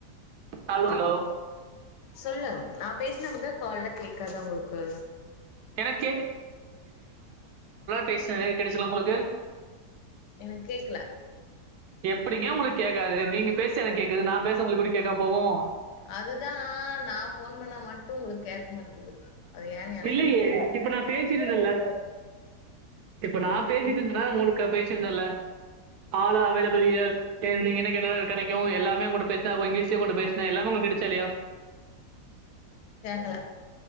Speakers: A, on the right; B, on the left.
A: ஹலோ ஹலோ
B: சொல்லு நா பேஸ்ன முத கால்ல கே க்காதா உங்குளுக்கு
A: எனக்கு பேஸ்னதே கேட்டுச்சுங்ளா உங்குளுக்கு
B: எனக் கேக்கல
A: எப்படிங்க உங்குளுக் கேக்காது நீங்க பேசு எனக்கு கேக்குது நா பேச உங்குளுக் எப்டி கேக்காம் போவோ
B: அதுதா நா ஃபோன் பண்ணா மட்டு உங்களுக்கு கேக் மாட்டக்குது அது ஏன் எனக்கு
A: இல்லையே
B: புரியல
A: இப்ப நான் பேசிட்டு இருந்தேன்ல இப்ப நா பேசிட்டுருக்கனா
B: இப்
A: மூணு கபே சிருந்தல்ல ஆலு அவய்லப் பெரிய ஏன் நீங்க என்ன கேட்டாலு அது கெடைக்கு எல்லாமே உங்குட்ட பேஸ்ன அப்ற இங்கீஷ்லு உங்கட்ட பேஸ்ன எல்லாமே உங்ளுக் கேட்ச்சா இல்லயா
B: கேக்கல